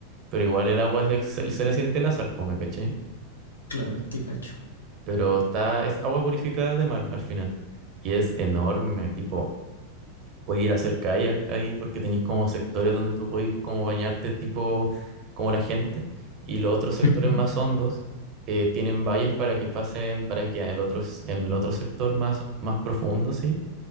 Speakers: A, on the right (about 35°); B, on the left (about 75°).
A: pero igual el agua se, se- se le siente el azar, po, ¿me cachai?
B: Claro, te cacho.
A: Pero está, es agua purificada de mar al final. Y es enorme, tipo, podéis ir a hacer kayak ahí porque tenéis como sectores donde tú podéis como bañarte tipo como la gente y los otros sectores
B: Ujú.
A: más hondos eh, tienen vallas para que pasen, para que en el otro, s- en el otro sector más, más profundo, sí,